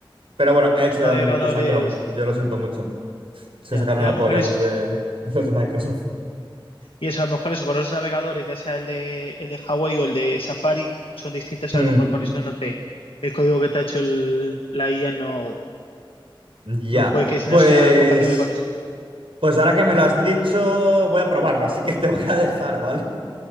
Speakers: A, on the right; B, on the left.
A: Pero bueno, Edge
B: otros
A: le
B: navegadores,
A: da mil vueltas a Chrome, yo lo siento mucho. Se
B: ya.
A: sacaron
B: Y a
A: la
B: lo
A: polla
B: mejor es
A: los de, <laughs> los de Microsoft.
B: Y eso, a lo mejor eso, con otros navegadores, ya sea el de, el de Huawei o el de Safari, son distintos,
A: Mm.
B: a lo mejor con eso no te, el código que te ha hecho el- la IA no,
A: Ya,
B: no puede que
A: pues,
B: no sea compatible con esos.
A: pues ahora que me lo has dicho, voy a probarlo, así que <laughs> te voy a dejar, ¿vale?